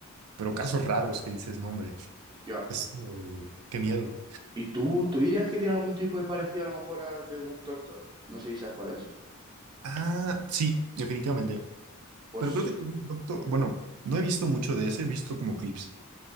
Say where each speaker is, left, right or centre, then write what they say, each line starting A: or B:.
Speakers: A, on the right; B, on the right.
A: pero casos raros que dices, no, hombre,
B: Ya.
A: es, oh, qué miedo.
B: ¿Y tú, tú dirías que tiene algún tipo de parecido a lo mejor a The Good Doctor? No sé si sabes cuál es.
A: Ah, sí, definitivamente.
B: Pues
A: Pero creo que te- doctor, bueno, no he visto mucho de ese, he visto como clips.